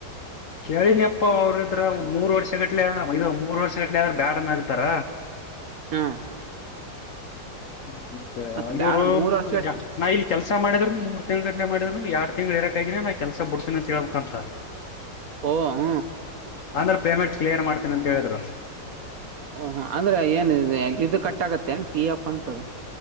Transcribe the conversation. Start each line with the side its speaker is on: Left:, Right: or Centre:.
Left: ಕೇಳಿನಿಪ್ಪಾ ಅವ್ರಿದ್ರ <unintelligible> ಮೂರು ವರ್ಷ ಗಟ್ಲೆ ಇ ಮೂರು ವರ್ಷ ಗಟ್ಲೆ ಆದ್ರೆ ಬ್ಯಾಡನಾಗಿರ್ತಾರ
Right: ಹ್ಮ
Left: ಹ್ಮ ಮತ್ತ
Right: ಮತ್
Left: ಇವರು
Right: ಬ್ಯಾಡ ಮೂರ್ ವರ್ಷ ಗಟ್ಲಿ
Left: ನ ಕೆಲಸ ಮಾಡಿದ್ರುನು ಮೂರ್ ತಿಂಗ್ಗಳು ಗಂಟೆ ಮಾಡಿದ್ರುನು ಯಾರ್ಡ್ ತಿಂ್ಗಳು ಇರಕ್ ಆಗಿನನೆ ನಾ ಕೆಲಸ ಬಿಡ್ತೇನೆ ತಿಳಕ ಅಂತ
Right: ಓ ಹ
Left: ಅಂದ್ರ ಪೇಮೆಂಟ್ ಕ್ಲಿಯರ್ ಮಾಡ್ತೀನಿ ಅಂತ ಹೇಳಿದ್ರು
Right: ಓಹ ಅಂದ್ರೆ ಏನ್ ಇದದು ಕಟ್ ಆಾಗತ್ತೆ ಏನ್ ಪಿ ಎಪ್್ ಅಂತದ